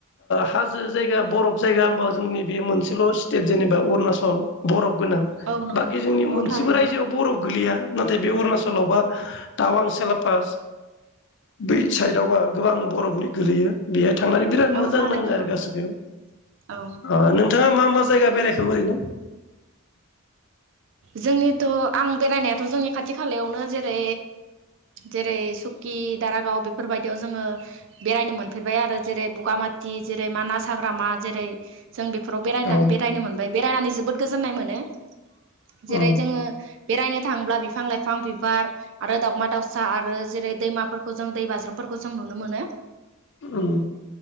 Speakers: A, on the left; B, on the right.
A: हाजो जायगा बरफ जायगा होमबा जोंनि बे मोनसेल स्टेट जेनेबा अरुणाचल बरफ गोनां
B: औ नंगौ
A: बाखि जोंनि मोनसेबो
B: औ थारैनो
A: रायजोआव ब'रफ गोलैया नाथाय बे अरुणाचलावबा टावां सेलापास बै साइडआवबा गोबां बरफनि गोलैयो बे थांनानै बिराद
B: औ
A: मोजां
B: थारैनो
A: मोजां नाङो आरो
B: नंगौ
A: गासै बेयाव
B: औ
A: अ नोंथाङा मा मा जायगा बेरायखो ओरैनो
B: जोंनिथ'आं बेरायनायाथ' जोंनि खाथि खालायावनो जेरै जेरै सुकि दारागाव बेफोरबायदियाव जोंङो बेरायनो मोनफेरबाय आरो जेरै बुगामा दि जेरै मानास हाग्रामा जेरै जों बेफोराव बेरायना
A: औ
B: बेरायनो मोनबाय बेरायनानै जोबोद गोजोननाय मोनो जेरै
A: उम
B: जोंङो बेरायनो थाङोब्ला बिफां लाइफां बिबार आरो दावमा दाउसा आरो जेरै दैमाफोरखौ जों दै बाज्रुमफोरखौ जों नुनो मोनो
A: ओं